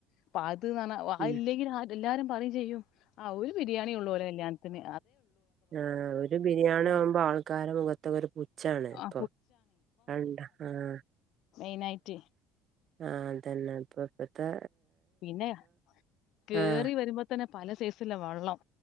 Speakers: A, on the left; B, on the right.
A: അപ്പ അത് ആഹ്
B: ഉം
A: ഇല്ലെങ്കിൽ എല്ലാരും പറയും ചെയ്യും ആ ഒരു ബിരിയാണി ഉള്ളൂ പോലെ എല്ല്ലാത്തിന്
B: ആ ഒരു ബിരിയാണി
A: ആ
B: ആവുമ്പോ ആൾക്കാര മുഖത്തൊക്ക ഒരു പുച്ചാണ് ഇപ്പൊ
A: ആ
B: അണ്ട് ആഹ്
A: മെയിൻ ആയിട്ട്
B: ആഹ അതന്നെ അപ്പപ്പത്തെ
A: പിന്നെയ കേറി
B: ആഹ്
A: വരുമ്പോ തന്നെ പല സൈസില വെള്ളം